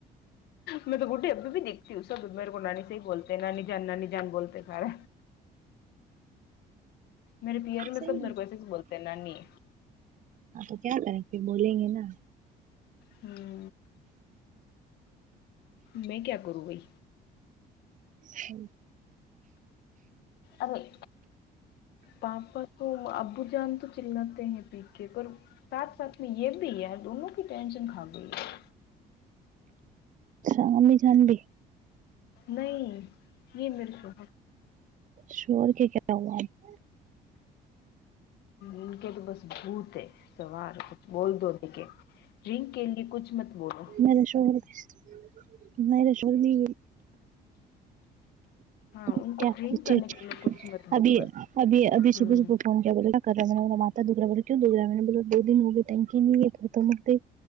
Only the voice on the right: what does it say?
صحیح
ہے
ہاں تو کیا کرے اب بولیں گے نا
جی
اچھا عمی جان بھی
شور کے کیا ہواپ
میرے شوہر بھی اس تارہا میرے شوہر بھی
<unintelligible>
ا ا
ابھی
ابھی ابھی
صبح صب کرا ماتا د دا نے بول دو دن ہو گئے نہیں تو م